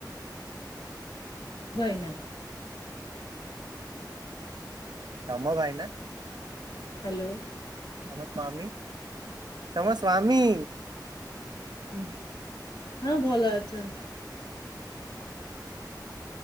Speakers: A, on the left; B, on the right.
A: ଭାଇ ନା
B: ତମ ଭାଇ ନା
A: ହ୍ୟାଲୋ
B: ତମସ୍ଵାମୀ ତମର ସ୍ଵାମୀ
A: ହଁ ହଁ ଭଲ ଅଛି ଅଛନ୍ତି